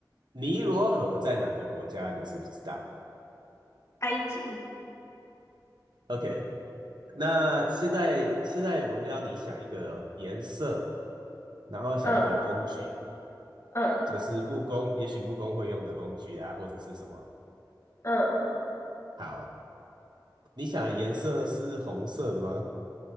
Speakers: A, on the right; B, on the left.
A: 尼罗河在哪个国家？你知不知道
B: 埃及，
A: ？OK，那现在现在我要你想一个颜色，然后想一个工具，
B: 嗯嗯
A: 就是木工，也许木工会用的工具啊，或者是什么。
B: 嗯，
A: 好，你想的颜色是红色的吗？